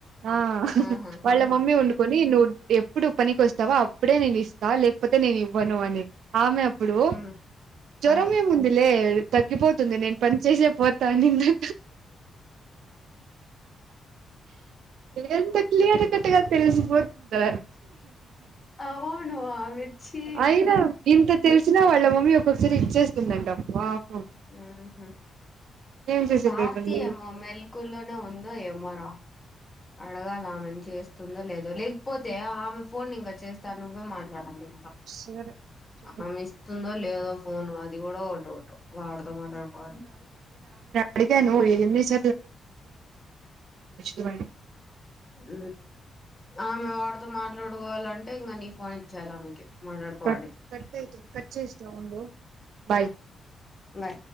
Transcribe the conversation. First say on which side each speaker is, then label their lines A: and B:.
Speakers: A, on the right; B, on the left.
A: ఆహ్
B: ఆహా
A: వాళ్ళ మమ్మీ వండుకొని నువ్వు. ఎప్పుడు పనికోస్తావో అప్పుడే నేను ఇస్తా లేకపోతే నేను ఇవ్వను అనేది ఆమె. ఇప్పుడు
B: ఉమ్
A: జ్వరం
B: ఆ
A: ఏముంది లే. తగ్గిపోతుంది నేను. పని చేసే పోతా నిన్ను. ఎంత క్లియర్ కట్గా తెలిసిపోతుందా.
B: అవును ఆమెచ్చి
A: అయినా ఇంత తెలిసినా వాళ్ళు. వీళ్ళ మమ్మీ ఒక్కసారి ఇచ్చేస్తుందంట మామ్.
B: ఉమ్ ఉమ్మ్
A: ఏం చేసేకైతుంది
B: భార్తి ఏమో మెల్కుల్లోనే ఉందో ఏమో. ఆహ్ అడగాలి ఆమెను చేస్తుందో లేదో లేకపోతే ఆమె ఫోన్ ఇంకా చేస్తా నువ్వే మాట్లాడాలి.
A: సరే
B: ఆమె ఇస్తుందో లేదో ఫోను అది కూడా ఒకటో ఒకటౌ వాడితో మాట్లాడుకోవాలి
A: అడిగనుద ఎమిస <unintelligible>
B: ఉమ్ ఆమె వాడితో మాట్లాడుకోవాలంటే ఇంకా నీ ఫోన్ ఇచ్చేయాలి ఆమెకి. మాట్లాడుకోవాలి
A: కట్ కట్ అయితుంది కట్ చేస్తా ఉండు బాయ్.
B: బాయ్